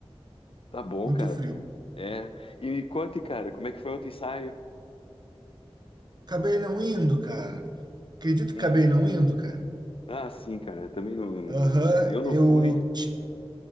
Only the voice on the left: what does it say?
Tá bom,
cara.
tá. É. E me conte, cara, como é que foi ontem o ensaio?
Hum.
Ah, sim, cara. Também não. não-
Eu não
fui.